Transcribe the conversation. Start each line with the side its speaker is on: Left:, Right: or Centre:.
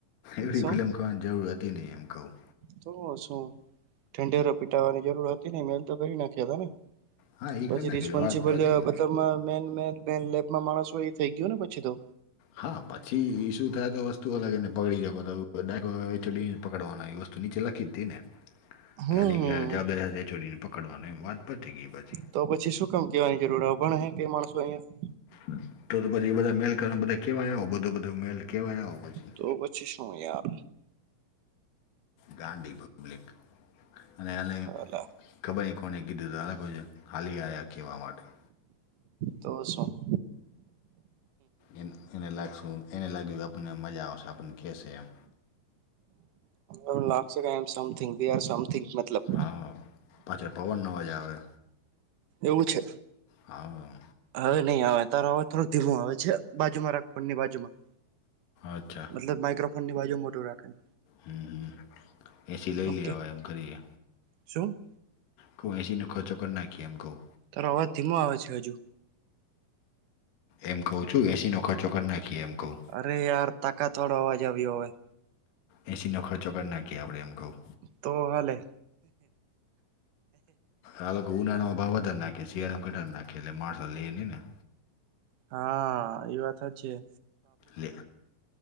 Left: એવડી
Right: શું
Left: ફિલ્મ કોણ જરૂર હતી નહીં એમ કહું.
Right: તો શું? ઢંઢેરો પીટાવાની જરૂર હતી નહીં, મેલ તો કરી નાખ્યા તો ને.
Left: હા એ
Right: પછી
Left: કરી નાખેલી
Right: રિસ્પોન્સિબલ
Left: વાત પતી
Right: મતલબમાં મેન-મેન-મેન લેબમાં માણસ હોય ઈ થઈ ગયો ને પછી તો.
Left: હા. પછી ઈ શું થાય કે વસ્તુ અલગ એને પકડી શકો <unintelligible> પકડવાનું ઈ વસ તું નીચે લખી જ તી ને.
Right: હમ
Left: કે આની <unintelligible> પકડવાનો એમ. વાત પતી ગઈ પછી.
Right: તો પછી શું કામ કહેવાની જરૂર હે? અભણ હે કાંઈ માણસો અહિયાં?
Left: હમ્મ. તો-તો પછી બધા મેલ કરવા, ને બધાઈ કહેવાઈ આવો, બધું-બધું મેલ કહેવા એ આવો. પછી
Right: તો પછી શું યાર.
Left: ગાંડી પબ્લિક. અને એની
Right: હાલા
Left: ખબર નહીં કોને કીધું તું <unintelligible> હાલી આયા કહેવા માટે.
Right: તો શું.
Left: એન એને લાગ સું, એને લાગ્યું આપને મજા આવશે. આપને કહેશે એમ.
Right: એવું લાગશે કે I am something. We are something મતલબ.
Left: હા પાછળ પવનનો અવાજ આવે
Right: એવું છે.
Left: હા.
Right: હવે નહીં આવે તારો અવાજ થોડું ધીમું આવે છે. બાજુમાં રાખ ફોનની બાજુમાં.
Left: અચ્છા
Right: મતલબ માઈક્રોફોન ની બાજુમ મોઢું રાખ એમ.
Left: હમ્મ-હમ્મ. એ સી લઈ
Right: ઓકે
Left: લીયે હવે એમ કરીએ.
Right: શું?
Left: કઉ એ સી નો ખર્ચો કર નાખીએ એમ કઉં.
Right: તારો અવાજ ધીમો આવે છે હજુ.
Left: એમ કહું છું એ સી નો ખર્ચ કર નાખીએ એમ. કહું
Right: અરે યાર, તાકાતવાળો અવાજ આવ્યો હવે.
Left: એ સીનો ખર્ચો કર નાખીએ આપણે એમ કહું.
Right: તો હાલે.
Left: આ લોકો ઉનાળામાં ભાવ વધાર નાખે, શિયાળામાં ઘટાડ નાખે, એટલે માણસો લેઈ નહીં ને.
Right: હા ઈ વાત હાચી.
Left: લે.